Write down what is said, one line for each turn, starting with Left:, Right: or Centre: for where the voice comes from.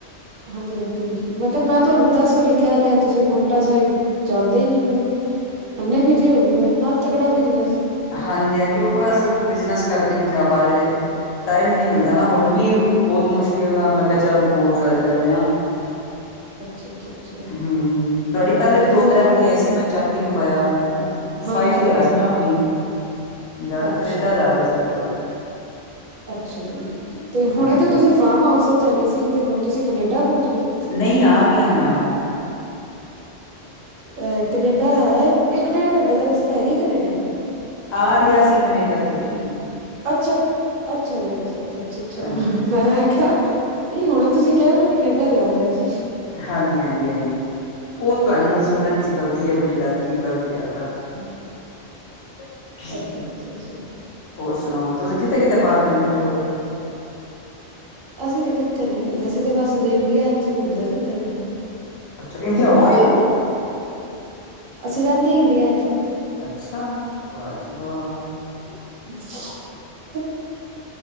Right: ਹਾਂਜੀ ਲੱਗਦੀ ਹੈ ਜੀ ਮਤਲਬ ਮੈਂ ਤੁਹਾਨੂੰ ਦੱਸ ਕਹਿ ਲਿਆ ਤੁਸੀ ਪੋਂਟਾ ਸਾਹਿਬ ਜਾਂਦੇ ਨੀ ਪਏ ਐਨੇ ਬੀਜੀ ਹੋ ਗਏ ਹੋ ਇੰਨਾ ਤਗੜਾ ਬਿਜਨਸ
Left: ਹਾਂਜੀ-ਹਾਂਜੀ ਉਹ ਬਸ ਬਿਜਨਸ ਕਰਕੇ ਨਹੀਂ ਜਾ ਪਾ ਟਾਈਮ ਹੀ ਨਹੀਂ ਮਿਲਦਾ ਨਾ ਹੁਣ ਵੀ ਬਹੁਤ ਮੁਸ਼ਕਿਲ ਨਾਲ ਮੈਂ ਕਿਆ ਚਾਲ ਕੋਲ ਕਰ ਲੈਨੇ ਆ।
Right: ਅੱਛਾ ਅੱਛਾ ਅੱਛਾ
Left: ਹਮ ਤੁਹਾਡੀ ਪਹਿਲੇ ਵੀ ਦੋ
Right: ਕੋਈ
Left: ਤ੍ਰੈ
Right: ਨੀ
Left: ਵਾਰੀ ਆਈ ਸੀ ਮੈਂ ਚੱਕ ਨੀ ਪਾਇਆ ਉਹ
Right: ਹਾਂਜੀ
Left: ਫਲਾਈਟ ਇਚ
Right: ਹਾਂਜੀ
Left: ਹੈਗਾ ਸੀ ਨਾ ਆਪਨੀ ਜਾਹਾ
Right: ਅੱਛਾ
Left: ਕਨੇਡਾ ਜਾ
Right: ਜੀ
Left: ਰਿਹਾ ਸੀ ਜਰਾ।
Right: ਅੱਛਾ
Left: ਹਾਂਜੀ
Right: ਜੀ ਤੇ ਹੁਣੇ
Left: ਹਾਂਜੀ
Right: ਤੇ ਤੁਸੀਂ ਫਾਰਮ ਹਾਊਸ ਵਿੱਚ ਆ ਗਏ ਸੀ ਤੇ ਹੁਣ ਤੁਸੀਂ ਕਨੇਡਾ ਪਹੁੰਚ ਗਏ ਹੋ
Left: ਨਹੀਂ ਆ ਗਿਆ ਮੈਂ ਆ ਗਿਆ।
Right: ਅਹ ਕਨੇਡਾ ਹੈ ਇੱਕ ਡੇਢ ਘੰਟੇ ਦਾ ਰਸਤਾ ਹੈਗਾ ਕਨੇਡਾ?
Left: ਆ ਰਿਹਾ ਸੀ ਕਨੇਡਾ ਤੋਂ ਹੀ।
Right: ਅੱਛਾ ਅੱਛਾ ਜੀ ਅੱਛਾ-ਅੱਛਾ, ਅੱਛਾ-ਅੱਛਾ
Left: ਹਾਂਜੀ ਹਾਂਜੀ
Right: ਮੈਂ
Left: ਹਾਂਜੀ
Right: ਕਿਹਾ ਨਹੀਂ ਹੁਣੇ ਤੁਸੀਂ ਕਿਹਾ ਮੈਂ ਕੈਨੇਡਾ ਜਾ ਰਿਹਾ ਸ
Left: ਹਾਂਜੀ-ਹਾਂਜੀ, ਹਾਂਜੀ ਉਹ ਤੁਹਾਨੂੰ ਸੁਣਨ ਚ ਗਲ <unintelligible>
Right: ਅੱਛਾ, ਅੱਛਾ, ਅੱਛਾ
Left: ਹੋਰ ਸੁਣਾਓ। ਤੁਸੀਂ ਕਿੱਥੇ-ਕਿੱਥੇ ਬਾਹਰ ਕੰਟਰੀ ਚ ਹੋ ਆਏ ਹੋ।
Right: ਅਸੀਂ ਤੇ ਕਿੱਥੇ ਨਹੀਂ ਅਸੀਂ ਤੇ ਬਸ ਇੰਡੀਆ ਚ ਹੀ ਘੁੰਮਦੇ ਫਿਰਦੇ ਪਏ ਹਾਂ।
Left: ਅੱਛਾ ਇੰਡੀਆ ਹੋ ਆਏ ਹੋ।
Right: ਅਸੀਂ ਰਹਿੰਦੇ ਇੰਡੀਆ ਚ ਆ।
Left: ਅੱਛਾ ਵਾਹ ਜੀ ਵਾਹ।
Right: ਹਮ।